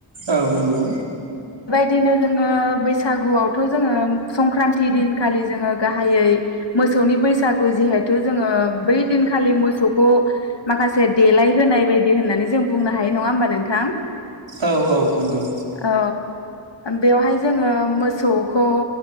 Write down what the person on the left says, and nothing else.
<unintelligible> जोङो बैसागुआवथ' जोङो संख्रान थि दिनखालि जोङो गाहायै मोसौनि बैसागु। जिहेथु जोङो बै दिनखालि मोसौखौ माखासे देलाय होनाय बायदि होननानै जों बुंनो हायो। नङा होमबा नोंथां?
औ बेवहाय जोङो मोसौखौ